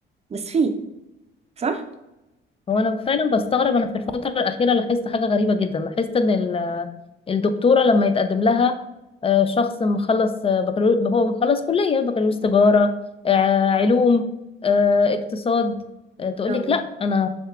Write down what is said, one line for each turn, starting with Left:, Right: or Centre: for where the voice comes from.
Right: بس في صح
Left: هو أنا فعلا بستغرب أنا في الفترة الأخيرة لاحظت حاجة غريبة جدا لاحظت إن ال- الدكتورة لما يتقدم لها آه، شخص مخلص آه، بكالوريوس هو مخلص كلية بكالوريوس تجارة آه، علوم آه، اقتصاد آه، تقول
Right: أه.
Left: لك لا أنا